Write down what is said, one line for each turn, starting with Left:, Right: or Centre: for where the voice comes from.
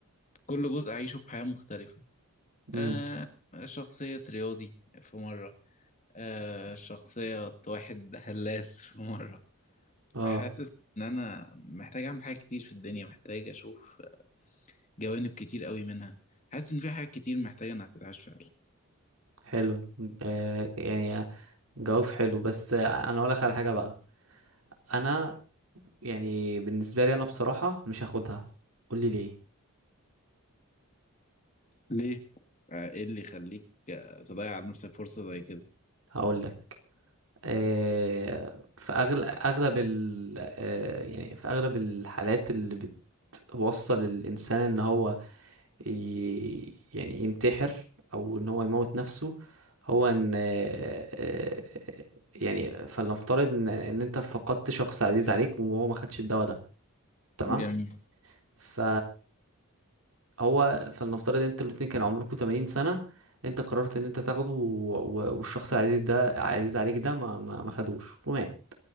Left: كل جزء أعيشه بحياة مختلفة
Right: امم
Left: آه شخصية رياضي في مرة آه شخصية واحد هلاس في مرة
Right: اه
Left: حاسس إن أنا محتاج أعمل حاجات كتير في الدنيا محتاج أشوف جوانب كتير قوي منها حاسس إن في حاجات كتير محتاجة إنها تتعاش فعلا
Right: حلو آه يعني جواب حلو بس آه، انا اقول لك على حاجه بقى انا يعني بالنسبه لي انا بصراحه مش هاخدها قول لي ليه
Left: ليه؟ آه إيه اللي يخليك آه تضيع على نفسك فرصة زي كده؟
Right: هقول لك آه في أغل... اغلب ال... آه يعني في اغلب الحالات اللي بتوصل الانسان ان هو ي... يعني ينتحر او ان هو يموت نفسه هو ان آه آه يعني فلنفترض ان إن انت فقدت شخص عزيز عليك وهو ما خدش الدواء ده تمام
Left: جميل
Right: ف هو فلنفترض انتوا الاتنين كان عمركم 80 سنة انت قررت ان انت تاخده و... و... والشخص العزيز ده عزيز عليك ده ما ما, ما خدوش ومات